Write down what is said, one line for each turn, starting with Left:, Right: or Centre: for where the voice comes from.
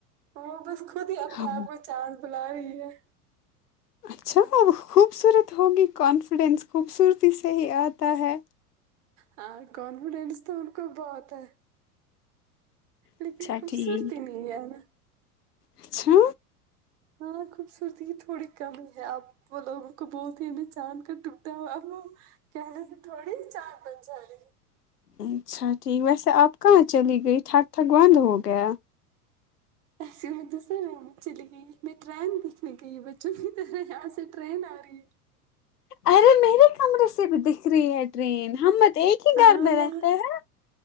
Right: وہ بس خود ہی اپنے
Left: ہاں
Right: آپ کو چاند بلا رہی ہے
Left: اچھا خوبصورت ہوگی کانفیڈینس خوبصورتی سے ہی آتا ہے
Right: ہاں کانفیڈینس تو ان کو بہت ہے لیکن
Left: اچھا
Right: خوبصورتی
Left: ٹھیک
Right: نہیں ہے نا
Left: اچھا
Right: ہاں خوبصورتی کی تھوڑی کمی ہے آپ وہ لوگوں کو بہت ہی نہ چاند کا ٹکٹا وہ کہنے سے تھوڑی چاند بن جا رے
Left: اچھا ٹھیک ویسے آپ کہاں چلی گئی تھٹگ تھٹگ بند ہو گیا
Right: ایسیے میں دوسرے روم میں چلی گئی ٹرین دیکھنے گئی بچوں کی طرح ٹرین آ رہی ہے
Left: ارے میرے کمرے سے بھی دکھ رہی ہے ٹرین ہم بس ایک ہی
Right: ہاں
Left: گھر میں
Right: یار
Left: رہتے ہیں